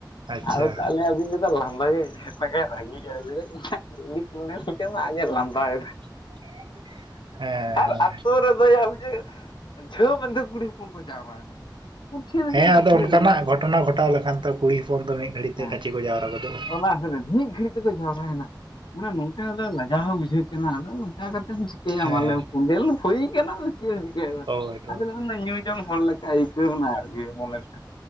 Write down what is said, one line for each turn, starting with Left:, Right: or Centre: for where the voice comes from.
Right: ᱟᱪᱪᱷᱟ
Left: ᱟᱫᱚ ᱛᱟᱦᱚᱞᱮ ᱟᱫᱚᱧ ᱞᱟᱸᱫᱟᱭᱟᱹᱧ ᱮᱴᱟᱜ ᱜᱮ ᱨᱟᱹᱜᱤ ᱟᱭ ᱞᱟᱹᱭᱫᱟᱭ ᱤᱧᱟᱹᱜ ᱜᱟᱹᱰᱤ ᱠᱳᱸᱰᱮᱞ ᱠᱟᱱᱟ ᱟᱡ ᱮ ᱞᱟᱸᱫᱟᱭᱫᱟᱭ᱾
Right: <inaudible> ᱦᱮᱸ
Left: ᱟᱨ
Right: ᱦᱮᱸ
Left: ᱟᱹᱛᱳ ᱨᱮᱫᱚ ᱭᱟ <unintelligible> ᱡᱷᱟᱹᱣ ᱢᱮᱱᱛᱮ ᱠᱩᱲᱤ ᱦᱚᱯᱚᱱ ᱠᱚ ᱡᱟᱣᱨᱟᱭᱮᱱᱟ᱾ ᱠᱩᱴᱷᱤ ᱨᱮᱜᱮ
Right: ᱦᱮᱸ ᱟᱫᱚ
Left: ᱠᱩᱴᱷᱤ
Right: ᱚᱱᱠᱟᱱᱟᱜ
Left: ᱨᱮᱜᱮ
Right: ᱜᱷᱚᱴᱚᱱᱟ ᱜᱷᱚᱴᱟᱣ ᱞᱮᱠᱷᱟᱱ ᱛᱚ ᱠᱩᱲᱤ ᱦᱚᱯᱚᱱ ᱫᱚ ᱢᱤᱫ, ᱜᱷᱟᱹᱲᱤᱡ ᱛᱮ
Left: ᱦᱮᱸ
Right: ᱠᱟᱪᱷᱤ ᱠᱚ ᱡᱟᱣᱨᱟ ᱜᱚᱫᱚᱜᱼᱟ᱾
Left: ᱚᱱᱟ ᱠᱷᱟᱹᱛᱤᱨ ᱢᱤᱫ ᱜᱷᱟᱹᱲᱤᱡ, ᱛᱮᱠᱚ ᱡᱟᱣᱨᱟᱭᱮᱱᱟ ᱢᱟᱱᱮ ᱱᱚᱝᱠᱟ ᱟᱫᱚ ᱞᱟᱡᱟᱣ ᱦᱚᱸ ᱵᱩᱡᱷᱟᱹᱜ ᱠᱟᱱᱟ ᱟᱫᱚ, ᱪᱟᱣ ᱠᱟᱛᱮᱢ ᱮᱢ ᱪᱤᱠᱟᱹᱭᱟ
Right: ᱦᱮᱸ
Left: ᱢᱟ ᱞᱟᱹᱭᱢᱮ ᱠᱚᱸᱰᱮᱞ ᱦᱳᱭ ᱠᱟᱱᱟ᱾ ᱟᱫᱚ ᱪᱮᱫ ᱮᱢ ᱪᱤᱠᱟᱭᱟ ᱢᱟ
Right: ᱦᱳᱭ ᱦᱳᱭ
Left: ᱟᱫᱚ ᱚᱱᱟ ᱧᱩᱭ ᱡᱚᱝ ᱦᱚᱲ ᱞᱮᱠᱟ ᱟᱹᱭᱠᱟᱹᱣ ᱮᱱᱟ ᱟᱨᱠᱤ ᱢᱚᱱᱮ ᱛᱮ,